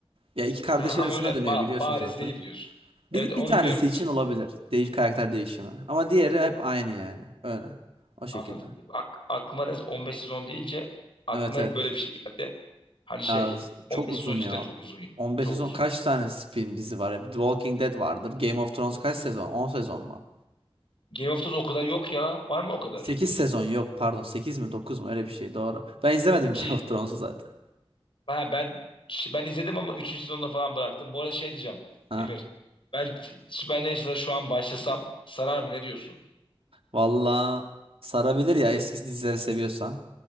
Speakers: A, on the right; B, on the left.
A: Ya iki kardeş
B: Ha, ama
A: arasında
B: öyle ba-
A: dönüyor biliyorsun
B: bariz
A: zaten.
B: değil diyorsun.
A: Bir,
B: Evet onu
A: bir tanesi
B: biliyorum.
A: için olabilir değiş karakter değişimi. Ama diğeri hep aynı yani. Öyle. O şekilde.
B: Anladım. Ak aklıma da 15 sezon deyince aklıma
A: Evet evet.
B: hep böyle bir şey geldi. Hani şey
A: Ya çok
B: 15
A: uzun
B: sezon cidden
A: ya.
B: çok uzun. ya.
A: 15
B: Çok
A: sezon
B: uzun.
A: kaç tane film dizi var? ya? The Walking Dead vardır. Game of Thrones kaç sezon? 10 sezon mu?
B: Game of Thrones o kadar yok ya. Var mı o kadar?
A: 8 sezon yok pardon 8 mi 9 mu öyle bir şey doğru. Ben izlemedim
B: Bir
A: Game
B: şey
A: of Thrones'u zaten.
B: ha, ben ben izledim ama üçüncü sezonda falan bıraktım. Bu arada şey diyeceğim
A: Ha.
B: Emir. Ben Supernatural şu an başlasam sarar mı ne diyorsun?
A: Valla sarabilir ya eski dizileri seviyorsan.